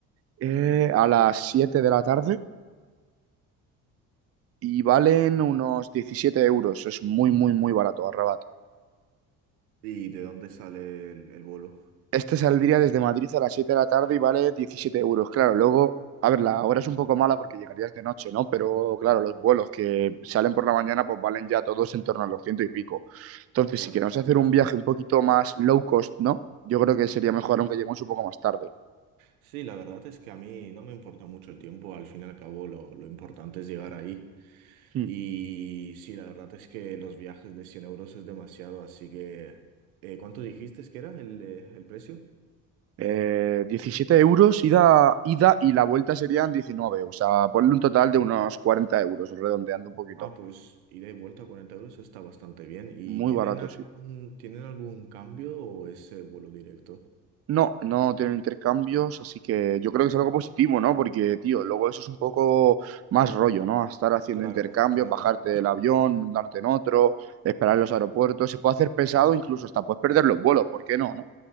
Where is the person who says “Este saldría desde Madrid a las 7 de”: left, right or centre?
Right